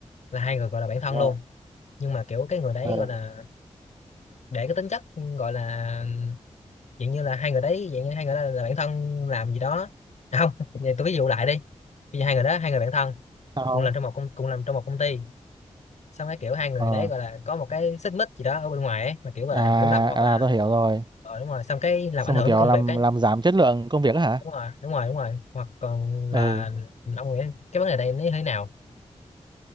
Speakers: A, on the left (about 65°); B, on the right (about 35°).
A: là hai người gọi là bạn thân
B: đúng
A: luôn
B: không?
A: nhưng mà kiểu cái người đấy
B: Ừ,
A: gọi là để cái tính chất gọi là dạng như là hai người đấy dạng như hai người đó là bạn thân làm gì đó à, không <laughs> vậy tôi ví dụ lại đi bây giờ hai người đó hai người bạn thân
B: sao không?
A: cùng làm trong một công cùng làm trong một công ty xong cái kiểu hai người
B: Ờ,
A: đấy gọi là có một cái xích mích gì đó ở bên ngoài ấy, mà kiểu gọi
B: à
A: là hiểu lầm hoặc là
B: à tôi hiểu rồi.
A: ờ, đúng rồi xong cái làm
B: Xong
A: ảnh hưởng
B: một kiểu
A: tới công
B: làm
A: việc ấy
B: làm giảm chất lượng công việc á hả?
A: đúng rồi đúng rồi đúng rồi hoặc còn là
B: Ừ.
A: ông nghĩ cái vấn đề này nó như thế nào